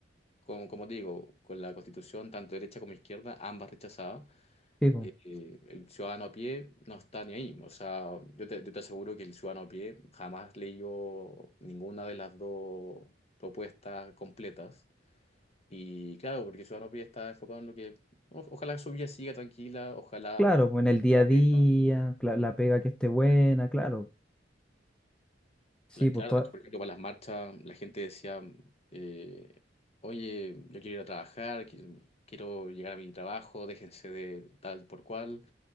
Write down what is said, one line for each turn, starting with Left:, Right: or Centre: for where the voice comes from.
Left: con, como te digo, con la constitución, tanto derecha como izquierda, ambas rechazadas.
Centre: sí, po.
Left: Eh, el ciudadano a pie no está ni ahí. O sea, yo te, yo te aseguro que el ciudadano a pie jamás leyó ninguna de las dos propuestas completas. Y claro, porque el ciudadano a pie está enfocado en lo que, o- ojalá su vida siga tranquila, ojalá
Centre: Claro,
Left: haga
Centre: pues en el día
Left: la
Centre: a día,
Left: pega.
Centre: cla- la pega que esté buena, claro. Sí,
Left: Cla- Claro,
Centre: pues toda,
Left: de hecho, por ejemplo, para las marchas, la gente decía, eh, oye, yo quiero ir a trabajar, qui- quiero llegar a mi trabajo, déjense de tal por cual.